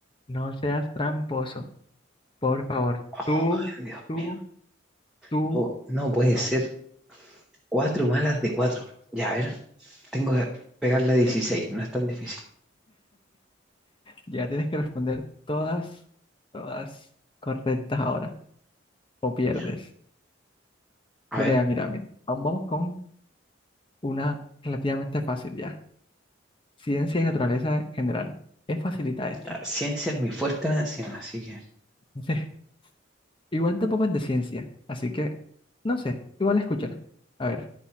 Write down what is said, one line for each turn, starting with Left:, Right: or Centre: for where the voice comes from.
Left: no seas tramposo, por favor.
Centre: Oh,
Left: Tú,
Centre: Dios
Left: tú,
Centre: mío.
Left: tú.
Centre: No, no puede
Left: No.
Centre: ser. Cuatro malas de cuatro. Ya, a ver. Tengo que pegar la 16,
Left: Eh,
Centre: no es tan difícil.
Left: ya tienes que responder todas, todas correctas ahora, o pierdes.
Centre: Ya. A
Left: Bueno,
Centre: ver,
Left: ya mira, mira, aún vamos con una relativamente fácil ya. Ciencia y naturaleza en general. Es facilita esta.
Centre: la ciencia es mi fuerte más encima, así que
Left: <laughs> Sí. Igual tampoco es de ciencia, así que, no sé, igual escúchala. A ver,